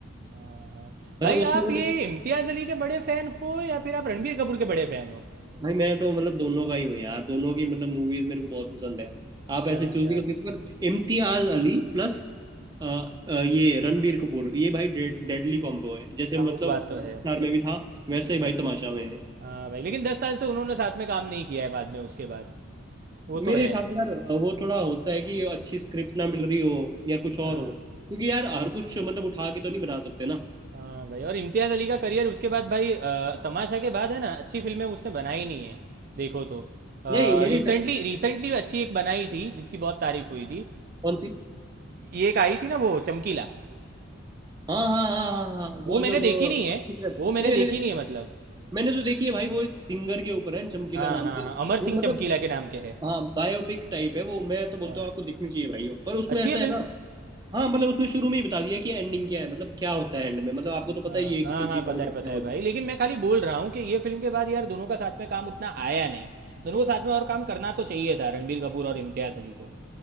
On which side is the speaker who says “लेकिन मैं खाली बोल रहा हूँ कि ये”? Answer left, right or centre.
Right